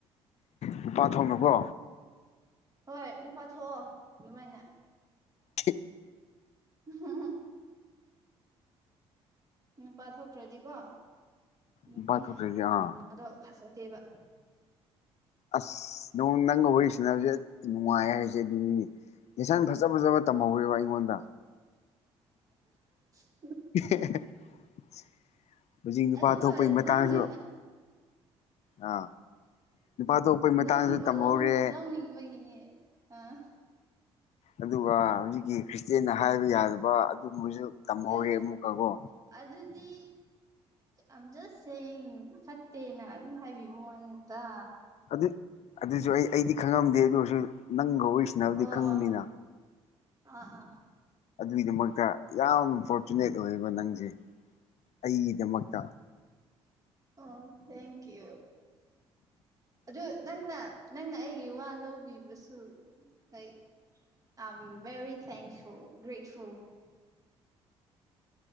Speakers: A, on the left (about 50°); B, on the right (about 25°).
A: ꯅꯨꯄꯥ ꯊꯣꯛꯅ ꯀꯣ
B: ꯍꯣꯏ ꯅꯨꯄꯥ ꯊꯣꯛꯑꯣ ꯑꯗꯨꯃꯥꯏꯅ
A: ꯊ <unintelligible>
B: ꯍꯝ ꯅꯨꯄꯥ ꯊꯣꯛꯇ꯭ꯔꯗꯤꯀꯣ ꯅꯨꯄꯤꯅ
A: ꯅꯨꯄꯥ ꯊꯣꯛꯇ꯭ꯔꯗꯤ ꯑꯥ
B: ꯉꯝꯕꯗꯣ ꯐꯖꯗꯦꯕ
A: ꯑꯁ ꯅ ꯅꯪꯒ ꯋꯥꯔꯤ ꯁꯥꯟꯅꯕꯁꯦ ꯅꯨꯡꯉꯥꯏ ꯍꯥꯏꯁꯦ ꯑꯗꯨꯅꯤꯅꯦ ꯌꯦꯁꯟ ꯐꯖ ꯐꯖꯕ ꯇꯝꯍꯧꯔꯦꯕ ꯑꯩꯉꯣꯟꯗ
B: ꯑ
A: <unintelligible> ꯅꯨꯄꯥ
B: ꯑꯗꯨꯒ
A: ꯊꯣꯛꯄꯒꯤ ꯃꯇꯥꯡꯁꯨ
B: ꯅꯪꯅ
A: ꯑꯥ ꯅꯨꯄꯥ ꯊꯣꯛꯄꯒꯤ ꯃꯇꯥꯡꯁꯨ
B: ꯅꯪꯅꯀꯣ
A: ꯇꯝꯍꯧꯔꯦ
B: ꯂꯧꯅꯤꯡ ꯂꯧꯅꯤꯡꯕꯒꯤꯅꯦ ꯑ
A: ꯑꯗꯨꯒ ꯍꯧꯖꯤꯛꯀꯤ ꯈ꯭ꯔꯤꯁꯇꯦꯟ ꯍꯥꯏꯕ ꯌꯥꯗꯕ ꯑꯗꯨꯒꯨꯝꯕꯁꯨ ꯇꯝꯍꯧꯔꯦ
B: ꯑꯁ
A: ꯑꯃꯨꯛꯀꯒꯣ
B: ꯑꯗꯨꯗꯤ ꯌꯥꯝ ꯖꯁꯁꯦꯡ ꯐꯠꯇꯦꯅ ꯑꯗꯨꯝ ꯍꯥꯏꯕꯤ ꯃꯉꯣꯟꯗ
A: ꯑꯗꯨ ꯑꯗꯨꯁꯨ ꯑꯩ ꯑꯩꯗꯤ ꯈꯪꯉꯝꯗꯦ ꯑꯗꯨꯁꯨ ꯅꯪꯒ ꯋꯥꯔꯤ ꯁꯥꯟꯅꯕꯗꯩ
B: ꯑꯣ
A: ꯈꯪꯕꯅꯤꯅ
B: ꯑꯣ ꯑꯥ ꯑꯥ
A: ꯑꯗꯨꯒꯤꯗꯃꯛꯇ ꯌꯥꯝ ꯐꯣꯔꯆꯨꯅꯦꯠ ꯑꯣꯏꯌꯦꯕ ꯅꯪꯁꯦ ꯑꯩꯒꯤꯗꯃꯛꯇ
B: ꯑ‌ꯣ ꯊ‌ꯦꯡ ꯀꯤꯎ ꯑꯗꯨ ꯅꯪꯅ ꯅꯪꯅ ꯑꯩꯒꯤ ꯋꯥ ꯂꯧꯕꯤꯕꯁꯨ I am very thankful grateful